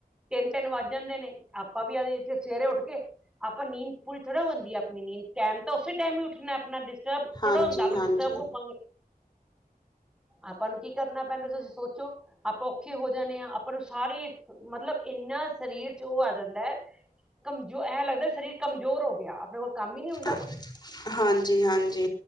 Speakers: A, in the centre; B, on the left (about 25°).
A: ਤਿੰਨ ਤਿੰਨ ਵੱਜ ਜਾਂਦੇ ਨੇ, ਆਪਾਂ ਵੀ ਆਜ ਇੱਥੇ ਸਵੇਰੇ ਉੱਠ ਕੇ ਆਪਾਂ ਨੀਂਦ ਪੂਰੀ ਥੋੜ੍ਹਾ ਹੁੰਦੀ ਆ, ਆਪਣੀ ਨੀਂਦ ਟਾਈਮ ਤਾਂ ਉਸੇ ਟਾਈਮ ਹੀ ਉੱਠਣਾ ਆਪਣਾ ਡਿਸਟਰਬ ਥੋੜਾੁੰਦਾ
B: ਹਾਂਜੀ,
A: ਪਰ
B: ਹਾਂਜੀ,
A: ਡਿਸਟਰਬ
B: ਹਾਂਜੀ
A: ਹੋਵਾਂਗੇ ਆਪਾਂ ਨੂੰ ਕੀ ਕਰਨਾ ਪੈਂਦਾ ਤੁਸੀਂ ਸੋਚੋ ਆਪਾਂ ਔਖੇ ਹੋ ਜਾਂਦੇ ਹਾਂ ਆਪਾਂ ਨੂੰ ਸਾਰੇ ਮਤਲਬ ਇੰਨਾ ਸਰੀਰ ਚ ਉਹ ਆ ਜਾਂਦਾ ਹੈ ਕਮੋ ਐ ਲੱਗਦਾ ਸਰੀਰ ਕਮਜ਼ੋਰ ਹੋ ਗਿਆ, ਆਪਣੇ ਕੋਲ ਕੰਮ ਹੀ ਨਹੀਂ ਹੁੰਦਾ
B: <unintelligible>
A: ਕੋਈ
B: ਹਾਂਜੀ ਹਾਂਜੀ,